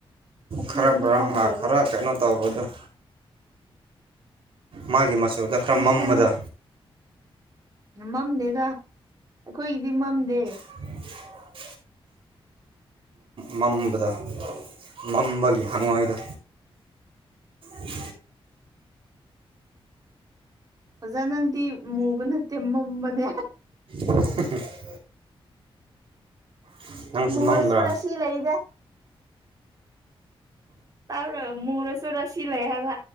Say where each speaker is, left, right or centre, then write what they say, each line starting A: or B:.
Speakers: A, on the right; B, on the right.
A: ꯑꯊꯤꯕꯗꯤ
B: ꯈꯔ ꯕ꯭ꯔꯥꯎꯟ
A: ꯈꯪꯗꯦꯕ
B: ꯈꯔ ꯀꯩꯅꯣ ꯇꯧꯕꯗꯣ ꯃꯥꯒꯤ ꯃꯆꯨꯗ ꯈꯔ
A: ꯈꯪꯉꯦ
B: ꯃꯝꯕꯗ
A: ꯈꯪꯉꯦ ꯃꯝꯗꯦꯗ ꯑꯩꯈꯣꯏꯒꯤꯗꯤ ꯃꯝꯗꯦ
B: <unintelligible> ꯃꯝꯕꯗ ꯃꯝꯕꯒꯤ ꯍꯪꯉꯣꯏꯗ ꯎꯝ
A: ꯑꯣꯖꯥ ꯅꯪꯗꯤ ꯃꯨꯕ ꯅꯠꯇꯦ ꯃꯝꯕꯅꯦ
B: ꯎ <unintelligible>
A: ꯃꯔꯁꯨ
B: ꯃꯝꯕ꯭ꯔꯥ
A: ꯔꯁꯤ ꯂꯩꯗꯦ ꯇ꯭ꯔꯣ ꯃꯔꯁꯨ ꯔꯁꯤ ꯂꯩꯕ